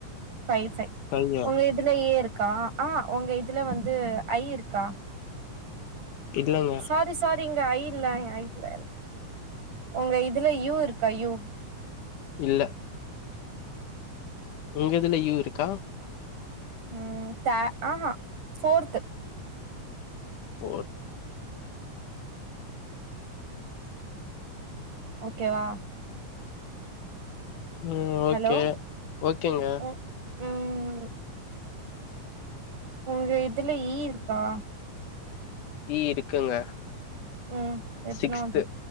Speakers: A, on the right; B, on the left.
A: பைவ் பைவ்
B: ஃபையா
A: உங்க இது இதுல ஏ இருக்கா ஆ உங்க இதுல வந்து ஐ இருக்கா
B: இல்லங்க
A: சாரி சாரிங்க ஐ இல்ல ஐ இல்ல உங்க இதுல யூ இருக்கா யூ
B: இல்ல உங்க இதுல யூ இருக்கா
A: ம் ஆ த ஆஹ ஃபோர்த்
B: ஃபோர்
A: ஓகேவா
B: உம்
A: ஹலோ
B: ஓகே ஓகேங்க
A: ம் ம் உங்க இதுல ஈ இருக்கா
B: ஈ இருக்குங்க
A: ம் எத்தனாவது
B: சிக்ஸ்து